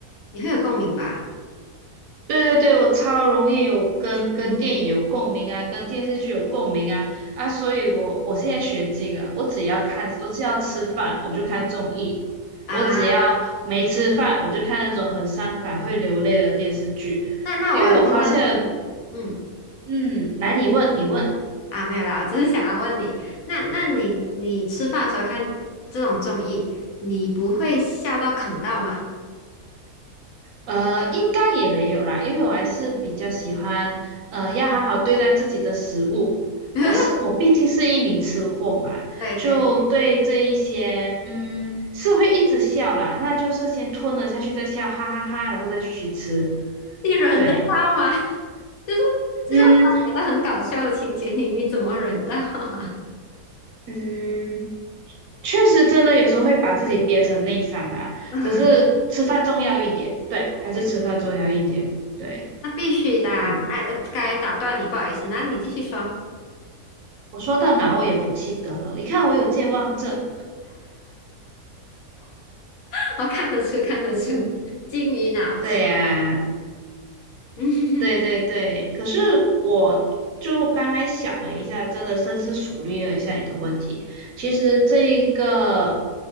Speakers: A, on the left; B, on the right.
A: 你会有共鸣吧？
B: 对对对，我超容易有跟跟电影有共鸣啊，
A: <laughs>
B: 跟电视剧有共鸣啊啊，所以我我现在学精了，我只要看，我只要吃饭我就看综艺，
A: 啊，
B: 我只要没吃饭我就看那种很伤感会流泪的电视剧，
A: 那那我有个问题，
B: 因为我发现了
A: 嗯，
B: 嗯，来你问你问。
A: 啊，没有啦，我只是想要问你，那那你你吃饭的时候看这种综艺，你不会笑到啃到吗？
B: 呃，应该也没有啦，因为我还是比较喜欢，呃，要好好对待自己的食物。
A: <laughs>
B: 我是我毕竟是一名吃货嘛，
A: 对对，
B: 就对这一些，嗯，是会一直笑啦，那就是先吞了下去再笑，哈哈哈，然后再继续吃。
A: 你忍得到吗？
B: 对，
A: <laughs> 就是就是他演的很搞笑的情节，
B: 嗯
A: 你你怎么忍到啊？
B: 嗯，确实真的有时候会把自己憋成内伤啦，
A: <laughs>
B: 可是吃饭重要一点，对，
A: 对对对。
B: 还是吃饭重要一点，对，
A: 那必须的啊。
B: 嗯，
A: 哎，呃该打断你，不好意思，那你继续说，
B: 我说到哪我也不记得了，你看我有健忘症。
A: <laughs> 我看得出，看得出，
B: 嗯。
A: 金鱼脑气。
B: 对呀，
A: 嗯
B: 对对对，
A: <laughs>
B: 可是我就刚才想了一下，真的深思熟虑了一下你的问题。其实这一个